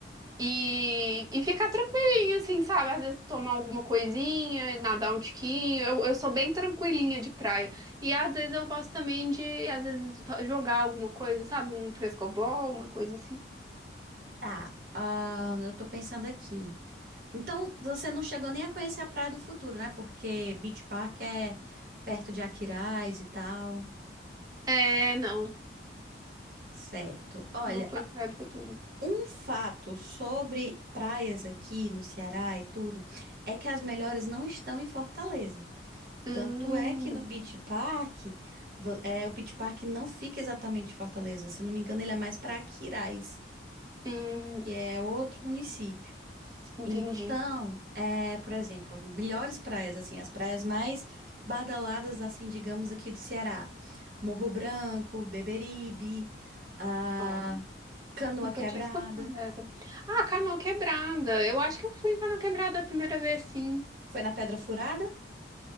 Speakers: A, on the right; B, on the right.
A: e, e ficar tranquilinha, assim, sabe? Às vezes tomar alguma coisinha, nadar um tiquinho. Eu, eu sou bem tranquilinha de praia. E às vezes eu gosto também de, às vezes, fa- jogar alguma coisa, sabe? Um frescobol, uma coisa assim.
B: Tá, ah, eu tô pensando aqui. Então, você não chegou nem a conhecer a Praia do Futuro, né? Porque Beach Park é perto de Aquiraz e tal.
A: É, não.
B: Certo. Olha,
A: Não foi no Praia do Futuro.
B: Um fato sobre praias aqui no Ceará e tudo é que as melhores não estão em Fortaleza.
A: Hum,
B: Tanto é que no Beach Park, vo- é, o Beach Park não fica exatamente em Fortaleza. Se eu não me engano, ele é mais para Aquiraz,
A: hum,
B: que é outro município.
A: entendi.
B: Então, é, por exemplo, melhores praias, assim, as praias mais badaladas, assim, digamos, aqui do Ceará. Morro Branco, Beberibe, a
A: Ó,
B: Canoa
A: nunca
B: Quebrada.
A: tinha escutado essa. Ah, Canoa Quebrada. Eu acho que eu fui em Canoa Quebrada a primeira vez, sim.
B: Foi na Pedra Furada?